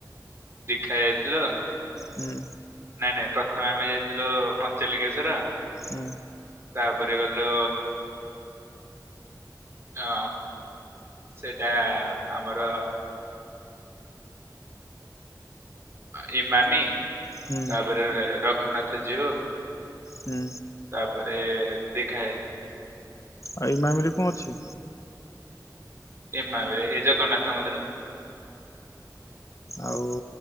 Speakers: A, on the right; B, on the left.
A: ଦେଖା ଯାଇଥିଲ।
B: ହୁଁ।
A: ନାଇଁ ନାଇଁ ପ୍ରଥମେ ଆମେ ଯାଇଥିଲୁ ପଞ୍ଚଲିଙ୍ଗେଶ୍ଵର।
B: ହୁଁ।
A: ତାପରେ ଗଲୁ ଅ ସେଟା ଆମର ଅ ଇମାମି।
B: ହୁଁ
A: ତାପରେ ର ଖନାଥ ଯିବ।
B: ହୁଁ।
A: ବରେ ଦେଖାଏ।
B: ଆଉ ଇମାମିରେ କଣ ଅଛି?
A: ଇମାମରେ ହେଇ ଜଗନ୍ନାଥ ମନ୍ଦିର।
B: ଆଉ